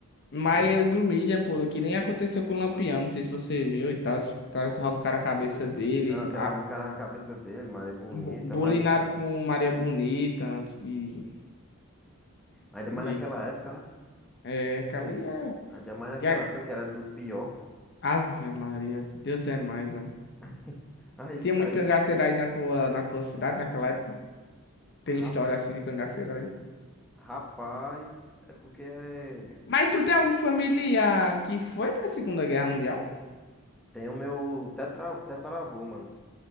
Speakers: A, on the left; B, in the centre.
A: Mas
B: mais
A: eles
B: o que.
A: humilham, pô, que nem aconteceu com o Lampião, não sei se você viu e tal. Os caras arrancaram a cabeça dele,
B: Não, que arrancaram a cabeça dele, mano, é bonita,
A: Bo- Bolinaram
B: mas
A: com Maria Bonita antes de,
B: ainda
A: de...
B: mais naquela época, né?
A: É, que ali era...
B: Ainda mais naquela
A: E a...
B: época que era tudo pior.
A: Ave Maria, Deus é mais, amor.
B: <laughs> Aí, os-
A: Tinha muito
B: aí
A: cangaceiro
B: os
A: aí na tua, na tua cidade naquela época? Tem
B: ra-
A: história assim de cangaceiro aí?
B: rapaz, é porque é,
A: Mas tu tem algum familiar que foi pra Segunda Guerra Mundial?
B: tem o meu tetra, tetaravô, mano.